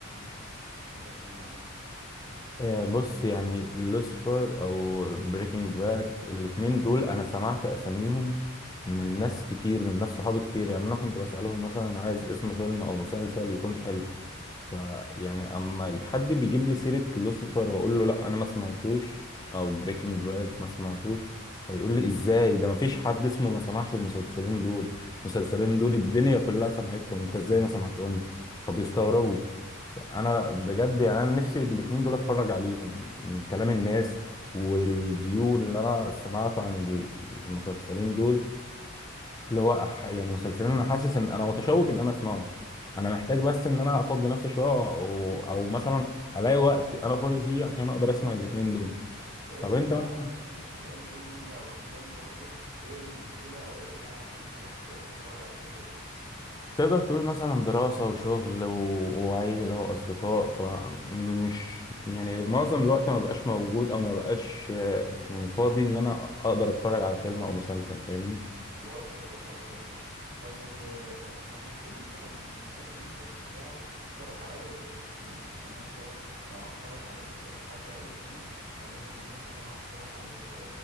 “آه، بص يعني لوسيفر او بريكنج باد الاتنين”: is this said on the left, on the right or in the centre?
Left